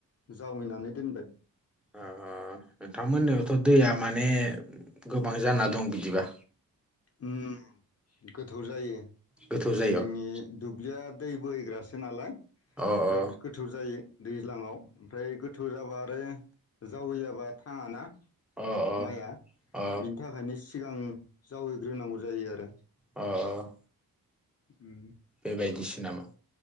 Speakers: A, on the left; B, in the centre.
A: जावैनानै दोनबाय ।
B: ओ‌ ओंथांमोननाथ दैया माने गोबां जाना दं बिदिबा
A: उम गोथौ जायो
B: गोथौ जायगायाव
A: जोंनि दुब्लिया दै बोहैग्रासो नालाय
B: अ
A: बिराद
B: अ
A: गोथौ जायो दैज्लाङाव ओमफ्राय गोथौ जाबा आरो जावैयाबा थाङाना ।
B: अ अ
A: माइया
B: अ
A: बिनि थाखायनो सिगां जावैग्रोनांगौ जायो आरो
B: अ अ
A: उम
B: बेबायदिसो नामा?